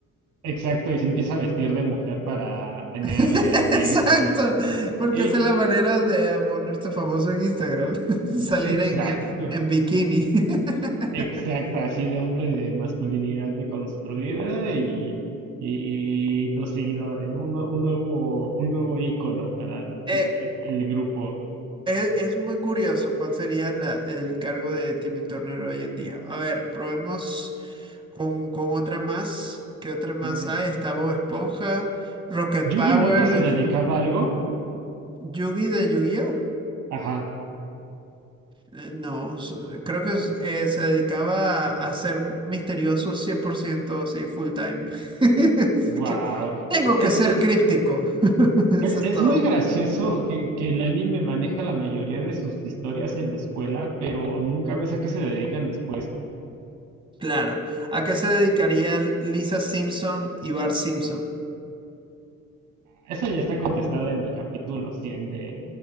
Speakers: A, on the right (about 90°); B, on the right (about 15°).
A: Exacto, y se empieza a vestir de mujer para tener
B: <laughs>
A: eh, audiencia.
B: Exacto,
A: Eh,
B: porque
A: eh,
B: esa es la manera
A: eh,
B: de volverse famoso en Instagram, <laughs> salir
A: exacto.
B: en, eh, en bikini. <laughs>
A: Exacto, así de hombre de masculinidad deconstruida y, y, y los seguidores, ¿no? Un, nue- un nuevo, un nuevo ícono para el,
B: Eh,
A: el- el grupo.
B: Es, es muy curioso cuál sería la- el cargo de Timmy Turner hoy en día. A ver, probemos con, con otra más. ¿Qué otra más
A: Mm.
B: hay? Está Bob Esponja, Rocket
A: Yugi
B: Power,
A: Moto se dedicaba a algo.
B: Yugi de Yu-Gi-Oh!
A: Ajá.
B: Eh, no, s- creo que es- eh, se dedicaba a, a ser misterioso 100%, sí, full time. <laughs> Es
A: Wow.
B: que tengo
A: Es,
B: que
A: es,
B: ser
A: es,
B: críptico. <laughs>
A: es
B: Eso es
A: es
B: todo.
A: muy gracioso que, que el anime maneja la mayoría de sus historias en la escuela, pero nunca ves a qué se dedican después.
B: Claro. ¿A qué se dedicaría Lisa Simpson y Bart Simpson?
A: Eso ya está contestado en el capítulo 100 de